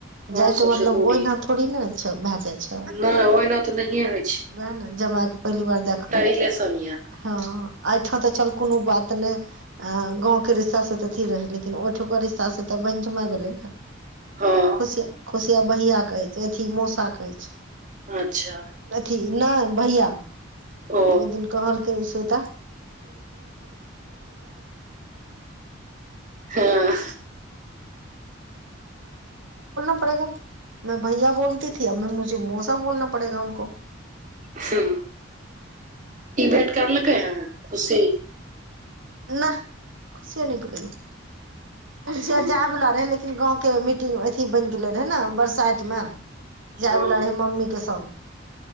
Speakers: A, on the right; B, on the right.
A: अहाँ
B: जाय के
A: सबसँ
B: मतलब
A: दूर
B: ओहिना
A: ये
B: थो थोडी़ नहि न छैय भै जाए छैय।
A: नहि ओहिना तऽ नहिये होय
B: वैह ने जमाए के पेहली बार देखबै।
A: रिलेशन ये
B: हँ अहिठाँ त चल कोनो बात नहि हाँ गाँवके रिश्ता से त अथी रहै, लेकिन ओयठां के रिश्ता से त बहिन जमाय भेलै ने।
A: हँ
B: खुशिया-खुशिया भैया कहै, अथी मौसा कहै छैय।
A: अच्छा।
B: अथी नहि भैया त
A: ओ
B: ओय दिन कहलकें उ स्वेता
A: हँ
B: <unintelligible> <unintelligible> <unintelligible>
A: हूं ई भेट करलकै हैं खुशी।
B: नाह खुशियो नहि गेलै यैं खूशिया जाय बला रहे, लेकिन गाँंवके मीटिंग अथी बैन गेल रहय नऽ बरसाइत में। जाय
A: हँ
B: बला रहै मम्मी के संग।